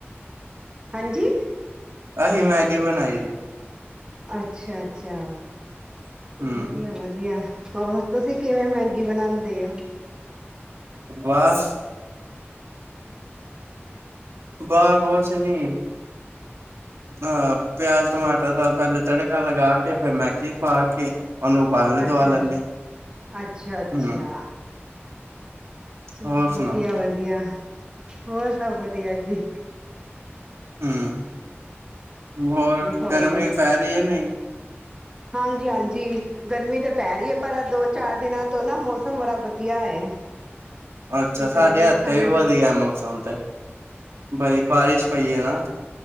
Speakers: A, on the right; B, on the right.
A: ਹਾਂਜੀ?
B: ਅਸੀ ਮੈਂਗੀ ਬਣਾਈ ਸੀ।
A: ਅੱਛਾ -ਅੱਛਾ
B: ਹਮ
A: ਵਧੀਆ ਵਧੀਆ। ਹੋਰ ਤੁਸੀਂ ਕਿਵੇਂ ਮੈਗੀ ਬਣਾਉਂਦੇ ਹੋ?
B: ਬਸ ਬਾ ਕੁਛ ਨੀ ਆ ਪਿਆਜ ਟਮਾਟਰ ਦਾ ਪਹਿਲੇ ਤੜਕਾ ਲਗਾ ਕੇ ਫੇਰ ਮੈਗੀ ਪਾ ਕੇ। ਉਹਨੂੰ ਉਬਾਲੇ ਦਵਾ
A: ਅੱਛਾ
B: ਲੈਂਦੇ
A: ਅ
B: ਆ
A: ਅੱਛਾ- ਅੱਛਾ
B: ਹੂੰ
A: ਚਲੋ
B: ਹੋਰ
A: ਵਧੀਆ-
B: ਸੁਣਾਓ
A: ਵਧੀਆ ਹੋਰ ਸਭ ਵਧੀਆ ਜੀ।
B: ਹਮ! ਹੋਰ
A: ਹੋਰ
B: ਗਰਮੀ ਪੈ ਰਹੀ ਹੈ ਨਹੀਂ?
A: ਹਾਂਜੀ ਹਾਂਜੀ ਗਰਮੀ ਤਾਂ ਪੈ ਰਹੀ ਹੈ ਪਰ ਦੋ ਚਾਰ ਦਿਨਾਂ ਤੋਂ ਨਾ ਮੌਸਮ ਬੜਾ ਵਧੀਆ ਹੈ।
B: ਅੱਛਾ ਸਾਡੇ
A: ਤੇ ਬਹੁਤ
B: ਹੱਥ
A: ਠੰਡਾ
B: ਵੀ
A: ਠੰਡਾ
B: ਵਧੀਆ ਮੌਸਮ ਤੇ ਬਈ ਬਾਰਿਸ਼ ਪਈ ਆ